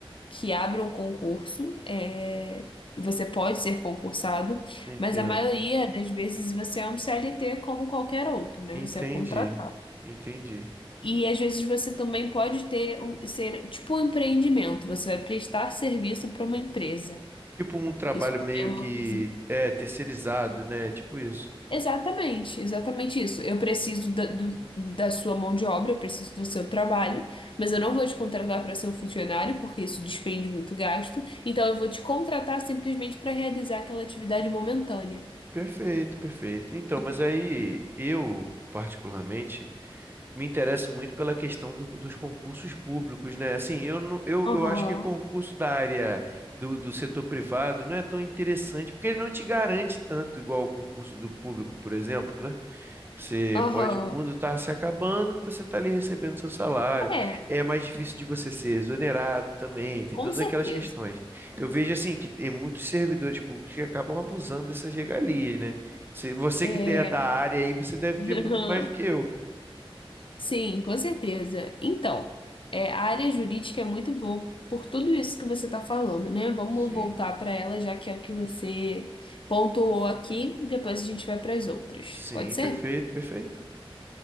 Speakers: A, on the left; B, on the right.
A: que abram concurso, é, você pode ser concursado,
B: Entendo.
A: mas a maioria das vezes você é um CLT como qualquer outro, né?
B: Entendi.
A: Você é contratado.
B: Entendi.
A: E às vezes você também pode ter um- ser tipo um empreendimento, você vai prestar serviço para uma empresa.
B: Tipo um trabalho
A: Isso também
B: meio
A: é uma
B: que
A: coisa
B: é terceirizado, né? Tipo isso.
A: Exatamente, exatamente isso. Eu preciso da, do- da sua mão de obra, eu preciso do seu trabalho, mas eu não vou te contratar para ser um funcionário, porque isso despende muito gasto. Então eu vou te contratar simplesmente para realizar aquela atividade momentânea.
B: Perfeito, perfeito. Então, mas aí eu, particularmente, me interesso muito pela questão do- dos concursos públicos, né? Assim, eu, não, eu,
A: Aham,
B: eu acho que concurso da área do, do setor privado não é tão interessante, porque ele não te garante tanto igual o concurso do público, por exemplo, né? Você
A: aham.
B: pode, o mundo está se acabando, que você está ali recebendo seu salário.
A: É,
B: É mais difícil de você ser exonerado também, tem
A: com
B: todas
A: certeza.
B: aquelas questões. Eu vejo assim que tem muitos servidores públicos que acabam abusando dessas regalias, né? Se você
A: É.
B: que é da área aí, você deve
A: <laughs>
B: ver muito mais do que eu.
A: Sim, com certeza. Então, é, a área jurídica é muito boa por tudo isso que você está falando, né? Vamos
B: Sim.
A: voltar para ela, já que é o que você pontuou aqui, e depois a gente vai para as outras.
B: Sim,
A: Pode ser?
B: perfeito, perfeito.